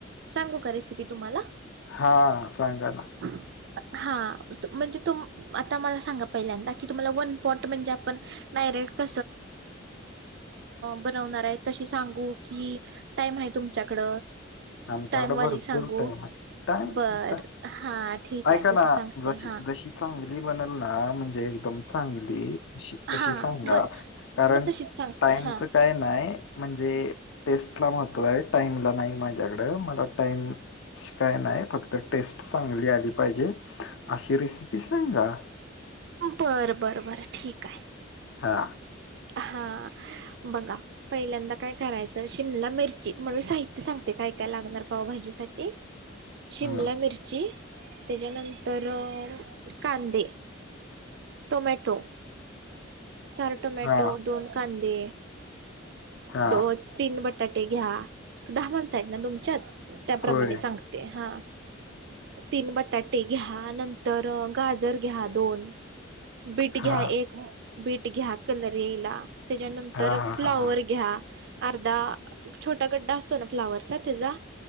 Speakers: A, on the right; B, on the left.
A: सांगू का रेसिपी तुम्हाला?
B: हा सांगा ना.
A: <inaudible> हा म्हणजे तु आता मला सांगा पहिल्यांदा, की तुम्हाला वन पॉट म्हणजे आपण <unintelligible> डायरेक्ट बनवणार आहे तशी सांगु की टाइम आहे तुमच्याकड.
B: आमच्याकडे
A: टाइमवाली
B: भरपूर
A: सांगू.
B: टाइम आहे टाइम
A: बर हा ठीक आहे.
B: ऐका
A: तस
B: ना
A: सांगते
B: जशी
A: हा
B: जशी चांगली बनल ना, म्हणजे एकदम चांगली. तशी
A: हा
B: तशी सांगा.
A: बर
B: कारण
A: मग तशीच सांगते
B: टाईमच
A: हा.
B: काय नाही म्हणजे टेस्ट ला महत्व आहे‌. टाइम ला नाही माझ्याकड. मला टाइम तशी काय नाय. फक्त टेस्ट चांगली आली पाहिजे. अशी रेसिपी सांगा.
A: बर बर बर ठीक आहे.
B: हा
A: हा बघा पहिल्यांदा काय करायचं शिमला मिरची, तुम्हाला मी साहित्य सांगते काय काय लागणार पावभाजी साठी. शिमला
B: हं,
A: मिर ची त्याच्यानंतर अ कांदे, टोमॅटो चार टोमॅटो.
B: हां,
A: दोन कांदे.
B: हां.
A: दोन तीन बटाटे घ्या. दहा माणस आहेत ना तुमच्यात. त्याप्रमाणे
B: होय.
A: सांग ते हा तीन बटाटे घ्या. नंतर गाजर घ्या दोन. बीट
B: हां,
A: घ्या एक बीट घ्या कलर यायला. त्याच्यानंतर
B: हां, हां,
A: फ्लोवर
B: हां, हां.
A: घ्या अर्धा छोटा गड्डा असतो ना फ्लावरचा त्याचा